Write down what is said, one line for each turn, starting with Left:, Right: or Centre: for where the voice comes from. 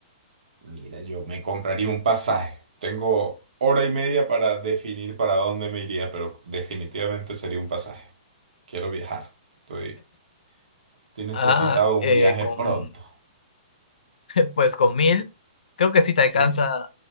Right: Mira, yo me compraría un pasaje. Tengo hora y media para definir para dónde me iría, pero definitivamente sería un pasaje. Quiero viajar. Estoy, estoy necesitado
Left: Ah,
Right: de
Left: eh,
Right: un viaje
Left: con,
Right: pronto.
Left: <laughs> pues con mil, creo que sí te alcanza,
Right: ¿Sí?